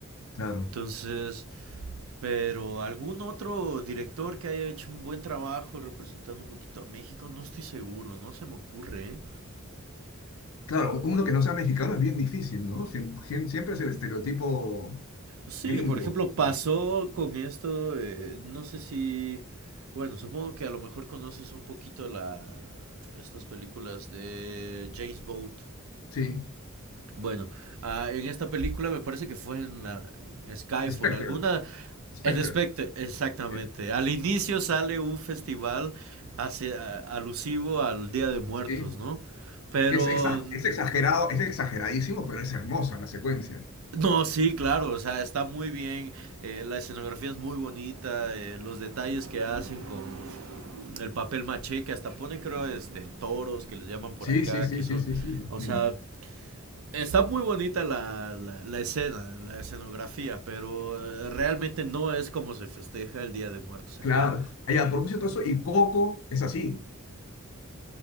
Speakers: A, on the left; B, on the right.
A: claro.
B: Entonces, pero algún otro director que haya hecho un buen trabajo representando un poquito a México, no estoy seguro, no se me ocurre. ¿eh?
A: Claro, uno que no sea mexicano es bien difícil, ¿no? Siem- siem- Siempre, es el estereotipo
B: Sí,
A: gringo,
B: por ejemplo, pasó
A: ¿no?
B: con esto, eh, no sé si, bueno, supongo que a lo mejor conoces un poquito la, estas películas de James Bond.
A: Sí,
B: Bueno, ah, en esta película me parece que fue en, la- en Skyfall,
A: Spectre,
B: alguna,
A: Spectre,
B: en Spectre, exactamente.
A: eh,
B: Al inicio sale un festival hacia- alusivo al Día de Muertos,
A: sí,
B: ¿no? Pero
A: que es, exa- es exagerado, es exageradísimo, pero es hermosa la secuencia.
B: No, sí, claro, o sea, está muy bien, eh, la escenografía es muy bonita, eh, los detalles que hacen con el papel maché, que hasta ponen, creo, este, toros, que les llaman por
A: Sí,
B: acá,
A: sí, sí,
B: que son,
A: sí, sí, sí,
B: o
A: Ni-
B: sea, está muy bonita la, la, la escena, la escenografía, pero eh, realmente no es como se festeja el Día de Muertos
A: claro.
B: acá.
A: Ay, a propósito de eso, ¿y Coco es así